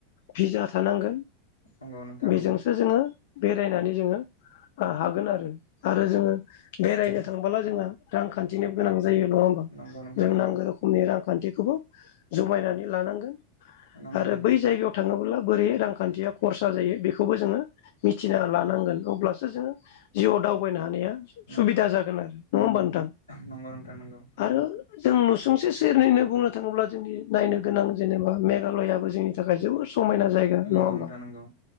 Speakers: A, on the left (about 55°); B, on the left (about 80°).
A: पिज्जा थानांगोन
B: नंगौ नोंथां
A: बेजोंसो
B: नंगौ
A: जोङो बेरायनानै जोङो हागोन आरो आरो जोङो बेरायनो थांबोला जोंहा रांखान्थिनो गोनां जायो नङा होमबा
B: नंगौ नंगौ नोंथां नंगौ नोंथां
A: जों
B: नंगौ
A: नांगौ रोखोमनि रांखान्थिखौबो जुमायनानै लानांगोन
B: नंगौ
A: आरो
B: नोंथां
A: बै जायगायाव थाङोब्ला बोरै' रांखान्थिया ख'रसा जायो बे जोङो मिथिना लानांगोन अब्लासो जोङो जिउआव दावबायनो हानाया
B: नंगौ
A: सुबिदा जागोन आरो नङा होमबा नोंथां?
B: नंगौ नोंथां नांगौ।
A: आरो जों नुसुंसे सेरनैनो बुंनो थाङोब्ला जोंनि नायनो गोनां जेनेबा मेघालयाबो जोंनि थाखाय जोबद समायना जायगा
B: नंगौ
A: नङा होमबा
B: नोंथां नंगौ